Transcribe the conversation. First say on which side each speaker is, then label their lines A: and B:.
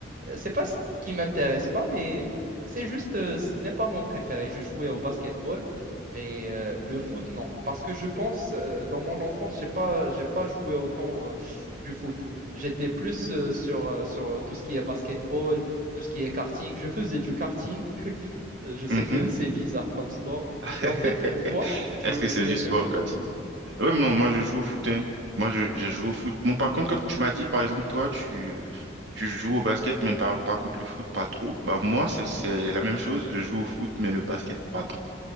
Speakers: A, on the right (about 45°); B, on the right (about 70°).
A: Euh, C'est pas ce qui m'intéresse pas, mais c'est juste, euh, ce n'est pas mon préféré. Je jouais au basketball, mais euh, le foot, non. Parce que je pense, euh, dans mon enfance, j'ai pas, j'ai pas joué autant euh, du foot. J'étais plus euh, sur, euh, sur tout ce qui est basketball, tout ce qui est karting. Je faisais du karting. <laughs> Je sais
B: mhm,
A: que
B: mhm.
A: c'est bizarre comme sport,
B: <laughs>
A: mais en fait, pour toi, tu,
B: Est-ce que c'est
A: tu
B: du
A: aimes
B: sport,
A: le foot?
B: quand Oui, non, moi je joue au foot, hein. Moi je,
A: Hmm,
B: j'ai joué au foot. Bon, par contre, quand tu m'as dit, par exemple, toi, tu, euh, tu joues au basket, mais par, par contre le foot, pas trop. Bah moi, c'est, c'est la même chose. Je joue au foot, mais le basket, pas trop.